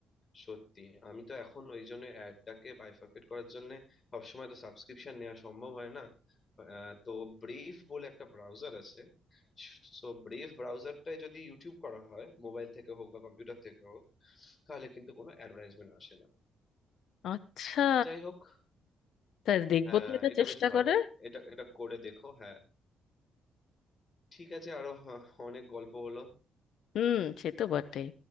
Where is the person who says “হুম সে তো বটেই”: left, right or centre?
Left